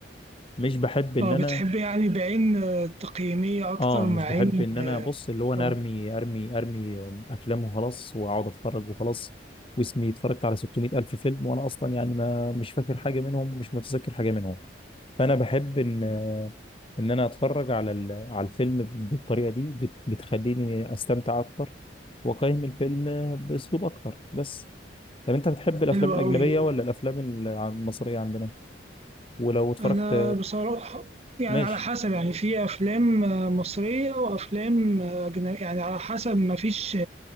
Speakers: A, on the left; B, on the right.
A: مش بحب ان
B: اه
A: انا
B: بتحب يعني بعين آه، تقييمية أكتر
A: اه مش
B: مع عين
A: بحب ان انا
B: آه،
A: بص اللي هو انا
B: آه،
A: ارمي ارمي ارمي افلام وخلاص واقعد اتفرج وخلاص واسمي اتفرجت على 600 الف فيلم وانا اصلا يعني ما مش فاكر حاجه منهم ومش متذكر حاجه منهم فانا بحب ان ان انا اتفرج على ال- على الفيلم بالطريقه دي بت- بتخليني استمتع اكتر واقيم الفيلم باسلوب اكتر بس طب انت بتحب الافلام
B: حلوة
A: الاجنبيه
B: أوي
A: ولا الافلام ال- المصريه عندنا ولو اتفرجت
B: انا بصراحه يعني
A: ماشي
B: على حسب يعني في افلام آه، مصريه وافلام آه، اجنبيه يعني على حسب ما فيش